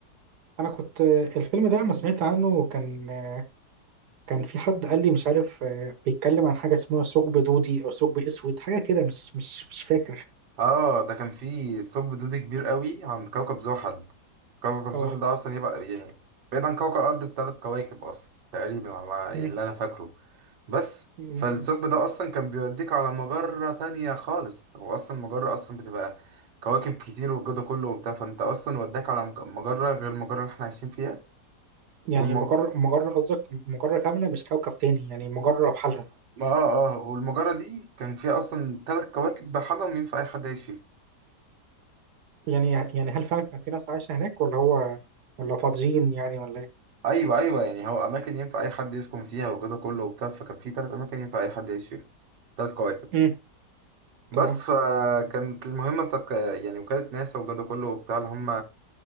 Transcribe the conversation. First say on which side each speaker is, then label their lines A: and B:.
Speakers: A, on the right; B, on the right.
A: انا كنت آه، الفيلم ده لما سمعت عنه كان آه، كان في حد قال لي مش عارف آه، بيتكلم عن حاجة اسمها ثقب دودي او ثقب اسود حاجة كده مش مش مش فاكر
B: اه ده كان فيه ثقب دودي كبير قوي عند كوكب زحل كوكب
A: اه
B: زحل ده اصلا يبقى يعني بعيد عن كوكب الارض بثلاث كواكب اصلا تقريبا على ما-
A: مم.
B: يعني اللي انا فاكره بس
A: مم.
B: فالثقب ده اصلا كان بيوديك على مجرة تانية خالص هو اصلا المجرة اصلا بتبقى كواكب كتير والجو ده كله وبتاع فانت اصلا وداك على مج- مجرة غير المجرة اللي احنا عايشين فيها
A: يعني
B: والم...
A: مجرة
B: آه
A: مجرة قصدك مجرة كاملة مش كوكب تاني يعني مجرة بحالها
B: آه آه، والمجرة دي كان فيها أصلا تلات كواكب بحالهم ينفع أي حد يعيش فيهم
A: يعني يعني هل فعلا كان في ناس عايشة هناك ولا هو ولا فاضيين يعني ولا ايه؟
B: ايوه ايوه يعني هو اماكن ينفع اي حد يسكن فيها وكده كله وبتاع فكان في ثلاث اماكن ينفع اي حد يعيش فيها ثلاث كواكب
A: مم.
B: بس
A: تمام
B: فكانت المهمه بتاعت يعني وكاله ناسا وكده كله وبتاع اللي هم